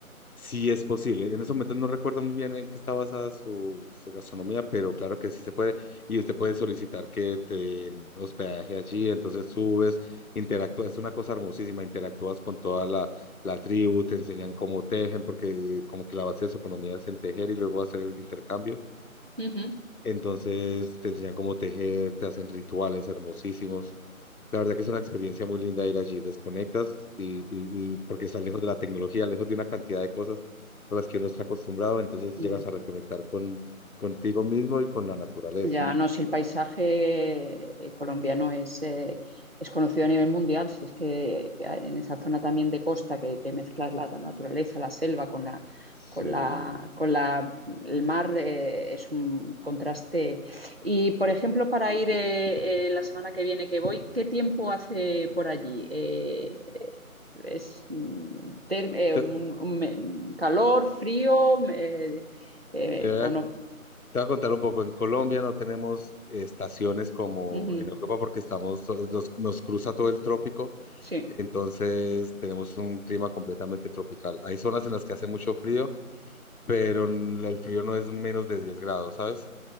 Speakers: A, on the left; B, on the right.
A: Sí es posible. En ese momento no recuerdo muy bien en qué está basada su, su gastronomía, pero claro que sí se puede. Y usted puede solicitar que te den hospedaje allí, entonces subes, interactúas, es una cosa hermosísima, interactúas con toda la, la tribu, te enseñan cómo tejen, porque como que la base de su economía es en tejer y luego hacer el intercambio.
B: Ujú.
A: Entonces te enseñan cómo tejer, te hacen rituales hermosísimos. La verdad que es una experiencia muy linda ir allí. Desconectas y, y- y porque estás lejos de la tecnología, lejos de una cantidad de cosas a las que uno está acostumbrado, entonces
B: Ya.
A: llegas a reconectar con, contigo mismo y con la naturaleza.
B: Ya, no, si el paisaje eh, colombiano es, eh, es conocido a nivel mundial, si es que en esa zona también de costa que, que mezclas la naturaleza, la selva con la,
A: Sí.
B: con la, con la, el mar, eh, es un contraste. Y, por ejemplo, para ir eh, eh, la semana que viene que voy, ¿qué tiempo hace por allí? Eh, eh, ¿es mm, term- eh,
A: Te,
B: un, un me- calor, frío eh, eh,
A: te voy
B: o
A: a,
B: no?
A: te voy a contar un poco. En Colombia no tenemos estaciones como
B: Ujú,
A: en Europa porque estamos, nos, nos cruza todo el trópico,
B: Sí.
A: entonces tenemos un clima completamente tropical. Hay zonas en las que hace mucho frío pero n- el frío no es menos de 10 grados, ¿sabes?